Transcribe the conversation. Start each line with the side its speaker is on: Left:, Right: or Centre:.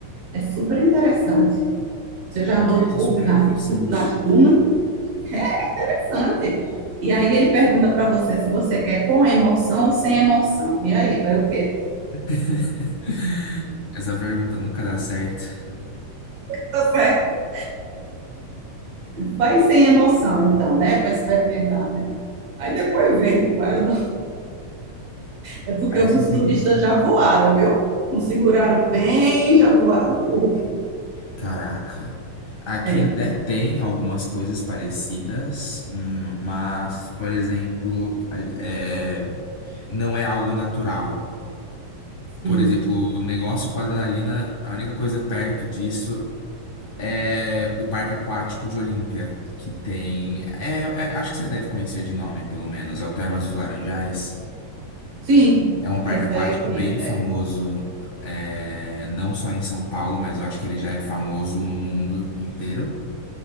Right: É super interessante. Você já
Left: Parece
Right: andou de bugre
Left: super
Right: nas,
Left: interessante.
Right: nas dunas? É interessante. E aí ele pergunta para você se você quer com emoção ou sem emoção. E aí, vai o quê?
Left: <laughs> Essa pergunta nunca dá certo.
Right: Tá certo. Vai sem emoção, então, né? Para experimentar, né? Aí depois vê se vai ou não. É porque
Left: Parece
Right: alguns
Left: que tem.
Right: turistas já voaram, viu? Não seguraram bem, já voaram no bugre.
Left: Caraca. Aqui
Right: É
Left: até tem algumas coisas parecidas, hum, mas, por exemplo, a- é, não é algo natural.
Right: Sim.
Left: Por exemplo, negócio com adrenalina, a única coisa perto disso é o Parque Aquático de Olímpia, que tem. é- é- acho que você deve conhecer de nome, pelo menos. É o Termas dos Laranjais.
Right: Sim,
Left: É um parque
Right: essa
Left: aquático
Right: aí eu conheço.
Left: bem famoso,
Right: É.
Left: é, não só em São Paulo, mas eu acho que ele já é famoso no mundo inteiro.